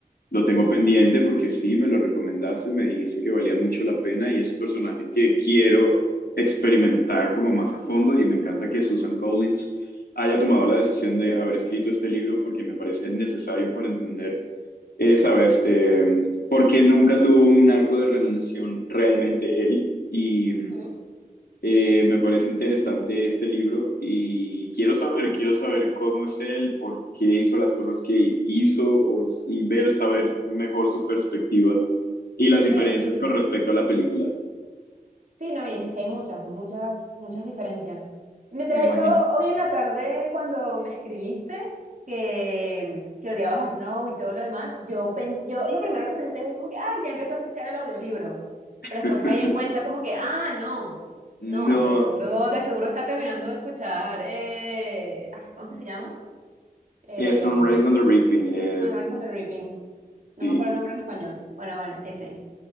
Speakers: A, on the left (about 85°); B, on the right (about 55°).
A: lo
B: ujú,
A: tengo pendiente porque sí, me lo recomendaste, me dijiste que valía mucho la pena y es un personaje que quiero experimentar como más a fondo y me encanta que Susan Collins haya tomado la decisión de haber escrito este libro porque me parece necesario para entender eh, ¿sabes? Eh, porque nunca tuvo un arco de redención realmente él. Y
B: ujú.
A: eh, me parece interesante este libro y quiero saber, quiero saber cómo es él, por qué hizo las cosas que hizo o- y ver, saber mejor su perspectiva y las diferencias
B: Sí,
A: con respecto a la película,
B: Sí, no, y es que hay muchas, hay muchas, muchas diferencias. Me- De
A: me imagino.
B: hecho, hoy en la tarde cuando me escribiste que, que odiabas a Snow y todo lo demás, yo, pen- yo lo primero que pensé es como que, ah, ya empecé a escuchar el audiolibro, pero después
A: <laughs>
B: caí en cuenta como que, ah, no,
A: No,
B: no, de seguro, de seguro está terminando de escuchar, eh, ay, ¿cómo es que se llama? Eh,
A: es Sunrise on the Reaping, eh,
B: Sunrise on the Reaping, no
A: sí.
B: me acuerdo el nombre en español. Bueno, bueno, ese.